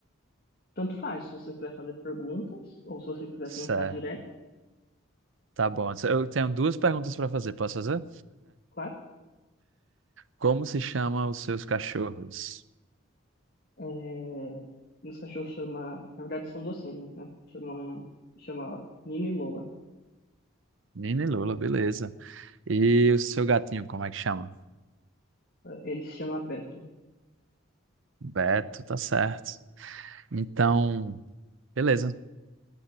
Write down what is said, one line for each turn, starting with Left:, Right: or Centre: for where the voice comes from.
Left: tanto faz, se você quiser fazer perguntas ou se você quiser
Right: Certo,
Left: tentar direto,
Right: tá bom. Eu tenho duas perguntas para fazer. Posso fazer?
Left: claro.
Right: Como se chama os seus cachorros?
Left: É, meus cachorros chama, na verdade são duas fêmeas, né? Chamam, chama Nina e Lola.
Right: Nina e Lula, beleza. E o seu gatinho, como é que chama?
Left: Eh, Ele se chama Beto.
Right: Beto, tá certo. Então, beleza.